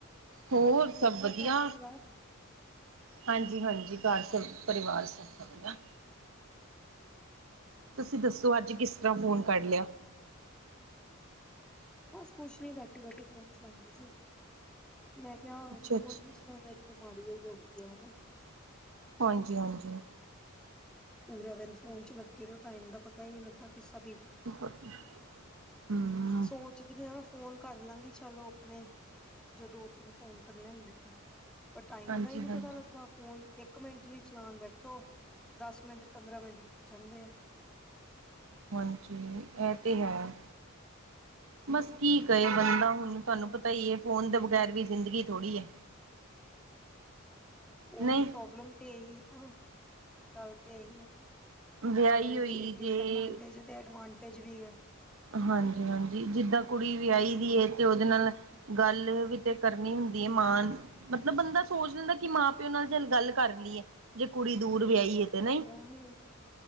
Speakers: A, on the right; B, in the centre.
A: ਹੋਰ
B: ਠੀਕ-ਠਾਕ
A: ਸਭ ਵਧੀਆ
B: ਘਰ ਪਰਿਵਾਰ।
A: ਹਾਂਜੀ ਹਾਂਜੀ, ਘਰ ਸਬ ਪਰਿਵਾਰ ਸਬ ਵਧੀਆ। ਤੁਸੀਂ ਦੱਸੋ ਅੱਜ ਕਿਸ ਤਰ੍ਹਾਂ ਫੋਨ ਕਰ ਲਿਆ।
B: ਬਸ ਕੁਛ ਨੀ ਬੈਠੀ, ਬੈਠੀ ਫੋਨ ਚਲਾਂਦੀ ਸੀ ਮੈਂ ਕਿਆ
A: ਅੱਛਾ
B: ਫੋਨ
A: ਅੱਛਾ
B: ਵੀ <unintelligible> ਇੱਕ ਬਿਮਾਰੀਆਂ ਹੋਈ ਐ ਹਨਾਂ।
A: ਹਾਂਜੀ ਹਾਂਜੀ।
B: ਪੂਰਾ ਦਿਨ ਫੋਨ ਚ ਲੱਗੇ ਰੋ ਟਾਈਮ ਦਾ ਪਤਾ ਈ ਨ੍ਹੀਂ ਲੱਗਦਾ ਕਿਸਾ
A: <inaudible> ਹਮ
B: ਸੋਚਦੀ ਆਂ ਫੋਨ ਕਰ ਲਾਂਗੀ ਚਲੋ ਆਪਣੇ ਜੇ ਦੋ-ਤਿੰਨ ਫੋਨ ਕਰਨੇ ਹੁੰਦੇ ਨੇ ਪਰ ਟਾਈਮ
A: ਹਾਂਜੀ
B: ਦਾ ਈ ਨ੍ਹੀਂ
A: ਹਾਂਜੀ
B: ਪਤਾ ਲੱਗਦਾ ਫੋਨ ਇੱਕ ਇੱਕ ਮਿੰਟ ਲਈ ਚਲਾਨ ਬੈਠੋ, ਦਸ ਮਿੰਟ, ਪੰਦਰਾਂ ਮਿੰਟ ਵੇਚ ਜਾਂਦੇ ਆ।
A: ਹਾਂਜੀ, ਇਹ ਤੇ ਹੈ।
B: <inaudible>
A: ਬਸ ਕੀ ਕਏ ਬੰਦਾ ਹੁਣ ਤੁਆਨੂੰ ਪਤਾ ਈ ਐ ਫੋਨ ਦੇ ਬਗੈਰ ਵੀ ਜ਼ਿੰਦਗੀ ਥੋੜ੍ਹੀ ਐ।
B: <inaudible> ਉਹੀ
A: ਨਹੀਂ
B: ਪ੍ਰੋਬਲਮ ਤੇ ਇਹੀ ਨਾ ਗੱਲ ਤੇ ਇਹੀ ਨਾ।
A: ਵਿਆਹੀ
B: ਅਗਰ ਏਦੀ
A: ਹੋਈ ਜੇ
B: ਡਿਸਡਵਾਂਟੇਜ ਤੇ ਐਡਵਾਂਟੇਜ ਵੀ ਐ।
A: ਹਾਂਜੀ ਹਾਂਜੀ ਜਿੱਦਾਂ ਕੁੜੀ ਵੀਆਹੀ ਦੀ ਤੇ ਉਹਦੇ ਨਾਲ ਗੱਲ ਵੀ ਤੇ ਕਰਨੀ ਹੁੰਦੀ ਐ ਮਾਨ ਮਤਲਬ ਬੰਦਾ ਸੋਚ ਲੈਂਦਾ ਕਿ ਮਾਂ ਪਿਓ ਨਾਲ ਚੱਲ ਗੱਲ ਕਰ ਲਈਏ ਜੇ ਕੁੜੀ ਦੂਰ ਵਿਆਹੀ ਐ ਤੇ ਨਈਂ।
B: ਉਹ ਵੀ